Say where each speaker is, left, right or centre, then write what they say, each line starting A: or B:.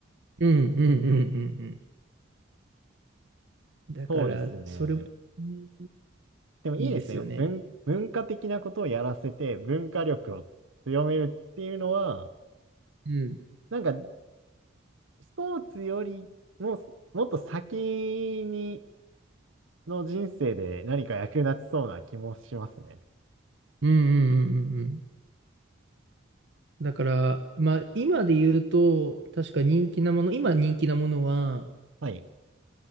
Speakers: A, on the right; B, on the right.
A: うんうんうんうんうん。だから、
B: そうですね。
A: それもね、
B: でもいいですね。
A: いいですよね。
B: 文、文化的なことをやらせて文化力を強めるっていうのは、
A: うん。
B: なんかスポーツよりも、もっと先にの人生で何か役立ちそうな気もしますね。
A: うんうんうんうんうん。だから、まあ今で言うと、確か人気なもの、今人気なものは
B: はい。